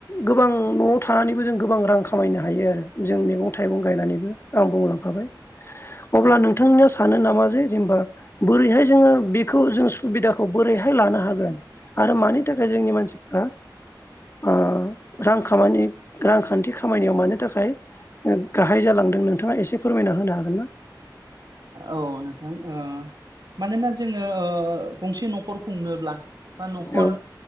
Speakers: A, on the left; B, on the right.
A: गोबां न' थानानैबो जों गोबां रां खामायनो हायो आरो जों मैगं थाइगं गायनानैबो आं बुंलांखाबाय अब्ला
B: नंगौ
A: नोंथांनियाव सानो नामा जे जेनेबा बोरैहाय जोङो बेखौ जों सुबिदाखौ बोरैहाय लानो हागोन आरो मानि थाखाय जोंनि मानसिफ्रा आ रां खामानि। रांखान्थि खामानायाव मानो थाखाय। गाहाय जालांदों नोंथाङा एसे फोरमायना होनो हागोन ना।
B: ओ औ नोंथां ओ मानोना। जोङो गंसे ओ न'खर खुंनोब्ला बा न'खर
A: औ